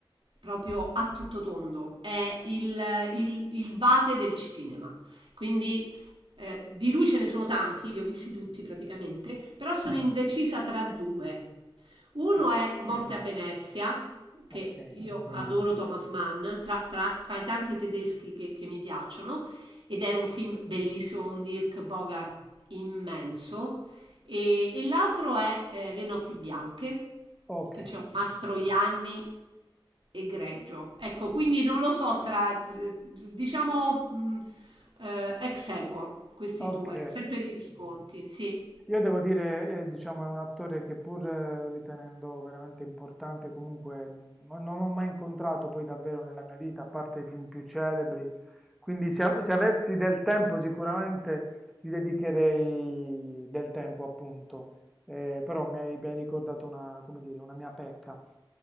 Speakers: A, on the right; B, in the centre.
A: proprio a tutto tondo, è il, il- il vate del cinema. Quindi eh, di lui ce ne sono tanti, li ho visti tutti praticamente, però sono indecisa tra due. Uno
B: sì,
A: è Morte a Venezia, che
B: ok,
A: io okay. adoro Thomas Mann, tra, tra- tra i tanti tedeschi che, che mi piacciono, ed è un film bellissimo, un Dirk Bogart immenso. E, e l'altro è eh, Le notti bianche,
B: ok,
A: che c'è un Mastro Ianni egregio. Ecco, quindi non lo so tra, tra- diciamo mh, eh, ex aequo, questi
B: ok.
A: due, sempre degli sconti, sì.
B: Io devo dire, eh, diciamo, è un attore che pur eh, ritenendo veramente importante, comunque mh, non, non l'ho mai incontrato poi davvero nella mia vita, a parte i film più celebri. Quindi se, av- se avessi del tempo sicuramente gli dedicherei del tempo, appunto. Eh, però mi hai, mi hai ricordato una, come dire, una mia pecca.